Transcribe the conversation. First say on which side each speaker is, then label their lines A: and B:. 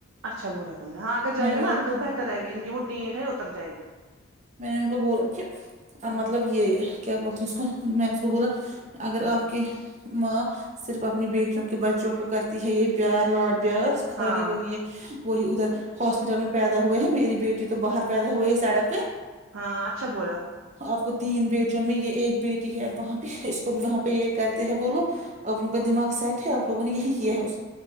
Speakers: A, on the right (about 80°); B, on the right (about 35°).
A: اچھا بولا تم نے ہاں اگر
B: میں
A: جائے
B: نے
A: گا
B: بولا
A: نہ انکل بہتر رہے گا ان کی وہ ٹیں ٹیں اتر جائے گی
B: میں نے ان کو بولا کہ اب
A: ہاں
B: مطلب یہ کیا بولتے اس کو میں نے اس کو بولا اگر آپ کے ماں صرف اپنی بیٹیوں کے بچوں کو کرتی ہے یہ پیار لاڈ پیار خالی
A: ہاں
B: وہی یہ وہی ادھر ہاسپٹل میں پیدا ہوئے ہیں میری بیٹی تو باہر پیدا ہوئے ہے سڑک پہ
A: ہاں اچھا بولا
B: آپ کو تین بیٹیوں میں یہ ایک بیٹی ہے اب وہاں پہ اس کو بھی وہاں پہ یہ کرتے ہیں بولو آپ لوگوں کا دماغ سیٹ ہے آپ لوگوں نے یہی کیا ہے اس